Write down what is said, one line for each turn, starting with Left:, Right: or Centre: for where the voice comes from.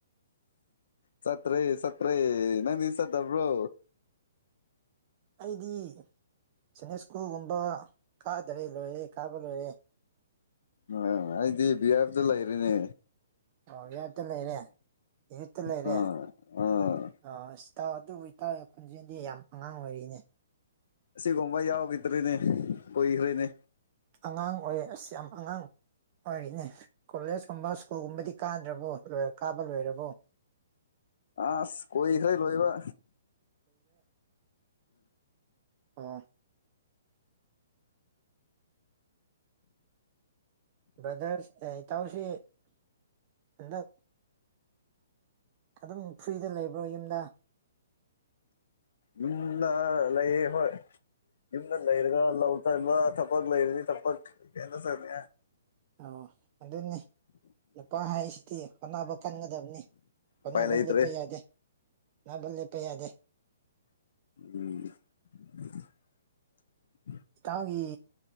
Left: ꯁꯠꯔꯤ ꯁꯠꯔꯤ ꯅꯪ ꯁꯠꯇꯕ꯭ꯔꯣ
Right: ꯑꯩꯗꯤ ꯁꯅꯤꯁꯀꯨꯒꯨꯝꯕ ꯀꯥꯗꯔꯦ ꯂꯣꯏꯔꯦ ꯀꯥꯕ ꯂꯣꯏꯔꯦ
Left: ꯑ ꯑꯩꯗꯤ ꯕꯤꯍꯥꯕꯇ ꯂꯩꯔꯅꯦ
Right: ꯑ ꯌꯥꯠꯇ ꯂꯩꯔꯦ ꯌꯨꯠꯇ ꯂꯩꯔꯦ
Left: ꯑꯥ
Right: ꯑ
Left: ꯑꯥ
Right: ꯑ ꯏ ꯇꯥꯎ ꯑꯗꯨꯕꯨ ꯇꯧꯋꯦ ꯈꯣꯟꯖꯦꯜꯗꯤ ꯌꯥꯝ ꯑꯉꯥꯡ ꯑꯣꯏꯔꯤꯅꯦ
Left: ꯑꯁꯤ ꯀꯣꯕ ꯌꯥꯎ ꯀꯗꯔꯅꯦ ꯀ ꯏꯈꯔꯦꯅꯦ
Right: ꯑꯉꯥꯡ ꯑꯣꯏꯌꯦ ꯑꯁꯤꯁ ꯌꯥꯝ ꯑꯉꯥꯡ ꯑꯣꯏꯔꯤꯅꯦ ꯀꯣꯂꯦꯖꯀꯨꯝꯕ ꯁ꯭ꯀꯨꯜꯒꯨꯝꯕꯗꯤ ꯀꯥꯗ꯭ꯔꯕꯣ ꯀꯥꯕ ꯂꯣꯏꯔꯕꯣ
Left: ꯑ ꯀ ꯈꯔ ꯂꯣꯏꯕ
Right: ꯑ ꯕ꯭ꯔꯗꯔꯁ ꯏꯇꯥꯎꯁꯤ ꯍꯟꯗꯛ ꯑꯗꯨꯝ ꯐ꯭ꯔꯤꯗ ꯂꯩꯕ꯭ꯔꯣ ꯌꯨꯝꯗ
Left: ꯌꯨꯝꯅ ꯂꯩꯌꯦ ꯍꯣꯏ ꯌꯨꯝꯗ ꯂꯩꯔꯒ ꯂꯧ ꯇꯕ ꯊꯄꯒ ꯂꯣꯏꯗꯤ ꯊꯄꯛ ꯀꯗ ꯁꯅꯤ
Right: ꯑꯣ ꯑꯗꯨꯗꯅꯤ ꯅꯨꯄꯥ ꯍꯥꯏꯁꯤꯗꯤ ꯍꯣꯠꯅꯕ ꯀꯟꯒꯗꯕꯅꯤ ꯍꯣꯅꯕ
Left: ꯎꯄꯥꯏ ꯂꯩꯇ꯭ꯔꯦ
Right: ꯂꯦꯞꯄ ꯌꯥꯗꯦ ꯅꯥꯕꯜ ꯂꯦꯞꯄ ꯌꯥꯗꯦ
Left: ꯎꯝ
Right: ꯏꯇꯥꯎꯒꯤ